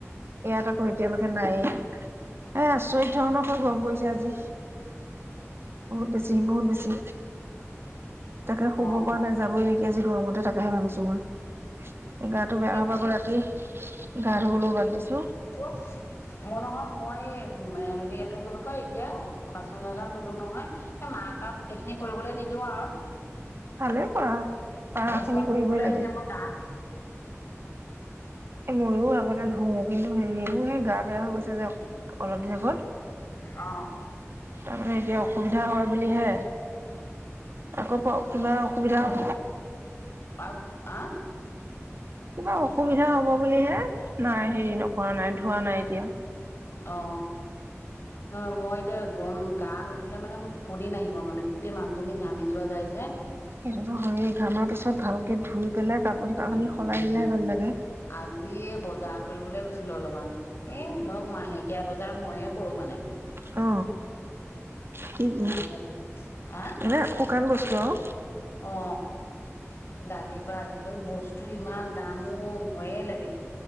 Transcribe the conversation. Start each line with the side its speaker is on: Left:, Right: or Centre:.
Right: ইয়াত আকৌ এতিয়ালৈকে নাই এ আচৰিত ধৰণৰকৈ গম পৰিছে আজি বহুত বেছি বহুত বেছি। তাকে শুব
Left: অহ
Right: পৰা নাই। এই যি গৰমতে থাকাহে ভাবিছো মই। গাটো বেয়া
Left: এই
Right: হব আকৌ ৰাতি। গা ধুবলৈও বাদ দিছো।
Left: অ মই নহয় মই এই হেৰি এইটো কি বুলি কয় এতিয়া বাচন চাচন ধুলো নহয়। এ মাক আৰু গোটেইখিনি কৰিবলৈ নিদ <unintelligible>
Right: ভালেই পৰা, পাৰা
Left: বাচন
Right: খিনি কৰিবই
Left: ধুই পেলাই
Right: লাগে।
Left: এতিয়া মই গা ধুম
Right: এ ময়ো আগতে ধুও কিন্তু হেৰি সেই গা বেয়া হৈ গৈছে যে অলপ দিন আগত
Left: অ
Right: তাৰমানে এতিয়া অসুবিধা হয় বুলিহে আকৌ প কিবা অসুবিধা <inaudible>
Left: <unintelligible> আহ
Right: কিবা অসুবিধা হব বুলিহে। নাই হেৰি নকৰা নাই ধোৱা নাই এতিয়া।
Left: অ নহ মই এতিয়া গম গা নুধুলে মানে মোৰ টোপনি নাহিব মানে গোটেই মানুহজনী ঘামি যোৱা যায় যে।
Right: সেইটোতো হয় ঘামাৰ পিছত ভালকে ধুই পেলাই কাপোৰ কানি
Left: সেইটো
Right: সলাই
Left: কাৰণে
Right: দিলেহে ভাল লাগে।
Left: আজি বজাৰ কৰিবলৈ গৈছে ছিলো অলপমান, এ ধৰক মাহেকীয়া বজাৰ ময়ে কৰো মানে।
Right: অ। কি কি
Left: অ সেইটোই আহ
Right: এনে শুকান বস্তু আৰু।
Left: অ দালিৰ পৰা আদি কৰি বস্তু ইমান দামো ভয়ে লাগে।